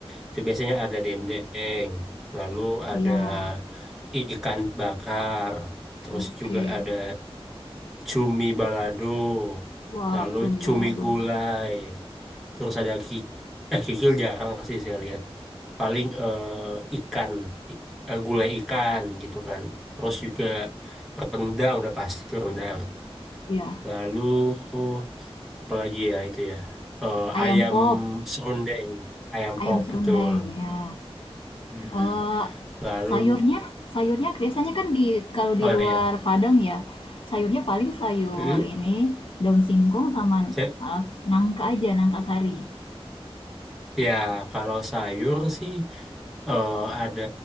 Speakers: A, in the centre; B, on the left.
A: itu biasanya ada dendeng, lalu
B: Iya,
A: ada ikan bakar, terus
B: oke.
A: juga ada cumi balado,
B: Wow,
A: lalu
B: cumi balado.
A: cumi gulai, terus ada ki- eh kikil jarang sih saya lihat. Paling eh, ikan, i- eh, gulai ikan gitu kan. Terus juga rendang udah pasti itu rendang.
B: Iya,
A: Lalu apalagi ya itu ya. Eh,
B: ayam
A: ayam
B: pop,
A: serundeng, ayam
B: ayam
A: pop
B: serundeng,
A: betul.
B: ya.
A: Hmm.
B: Eee,
A: Lalu
B: sayurnya sayurnya biasanya kan di kalau
A: oh
B: di luar
A: ya.
B: Padang ya, sayurnya paling sayur
A: Hmm.
B: ini, daun singkong sama,
A: Saya
B: eee, nangka aja, nangka kari.
A: ya kalau sayur sih eh, ada